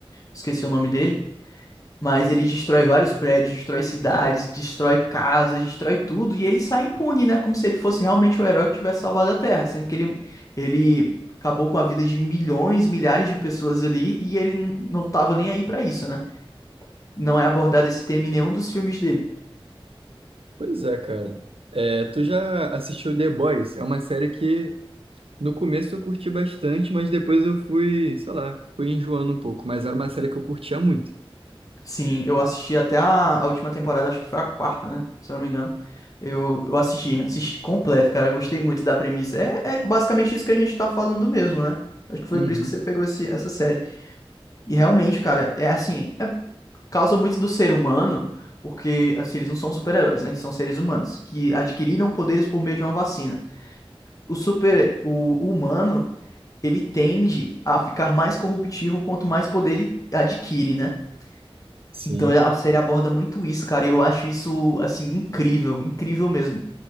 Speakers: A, on the left; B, on the right.
A: esqueci o nome dele, mas ele destrói vários prédios, destrói cidades, destrói casas, destrói tudo e ele sai impune, né? Como se ele fosse realmente o herói que tivesse salvado a Terra, sendo que ele ele acabou com a vida de milhões, milhares de pessoas ali e ele n- não tava nem aí pra isso, né? Não é abordado esse tema em nenhum dos filmes dele.
B: Pois é, cara. É, tu já assistiu The Boys? É uma série que No começo eu curti bastante, mas depois eu fui, sei lá, fui enjoando um pouco. Mas era uma série que eu curtia muito.
A: Sim, eu assisti até a, a última temporada, acho que foi a quarta, né? Se eu não me engano. Eu, eu assisti, assisti completo, cara. eu Gostei muito da premissa. É, é basicamente isso que a gente tá falando mesmo, né? Acho que foi
B: Uhum.
A: por isso que você pegou esse, essa série. E realmente, cara, é assim, é causa muito do ser humano, porque assim, eles não são super-heróis, né? Eles são seres humanos que adquiriram poderes por meio de uma vacina. O super, o o humano, ele tende a ficar mais corruptível quanto mais poder ele adquire, né?
B: Sim.
A: Então a série aborda muito isso, cara, e eu acho isso, assim, incrível, incrível mesmo.